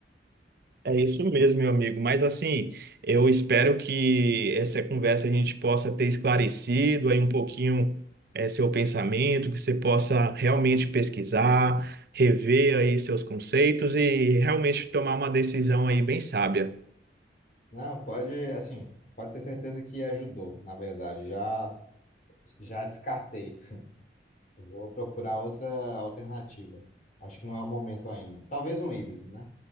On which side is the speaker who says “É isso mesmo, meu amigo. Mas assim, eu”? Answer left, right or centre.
Right